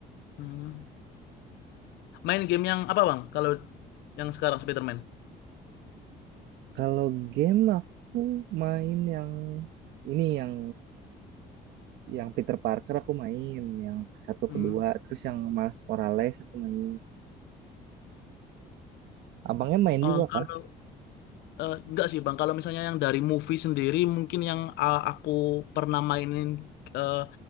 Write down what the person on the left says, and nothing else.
Hmm. Main game yang apa bang? Kalau yang sekarang Spiderman?
Hmm.
Eh, kalau
eh, nggak sih bang, kalau misalnya yang dari movie sendiri mungkin yang ah, aku pernah mainin eh,